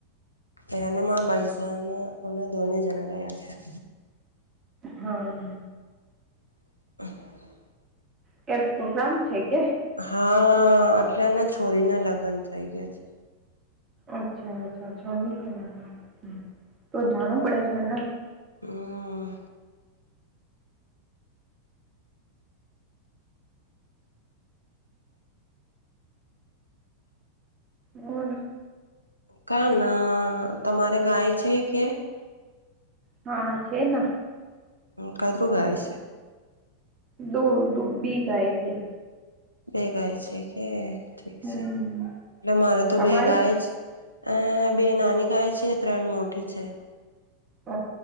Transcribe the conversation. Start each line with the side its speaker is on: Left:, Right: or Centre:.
Left: એનમાં બૈસાાન ધોણે જણા ગયા છે.
Right: હા.
Left: <inaudible>
Right: કઈ પ્રોગ્રામ છે કે.
Left: હા આટલાના છોરીના લગ્ન થઈ ગયા છે.
Right: અચ્છા અચ્છાછા <unintelligible> તો જાણું પડે છેને.
Left: હમ.
Right: ઓર.
Left: ક ના તમારે ગાય છે કે.
Right: હા છે ને.
Left: કત રો ગાય સે.
Right: દો ડુબી ગાએ થે.
Left: બે ગાય છે કે ઠીક
Right: હમ
Left: છે એટલે મારે તો
Right: તમારે
Left: બે ગાય જ. અ બે નાની ગાય છે ત્રણ મોઠી છે.
Right: હ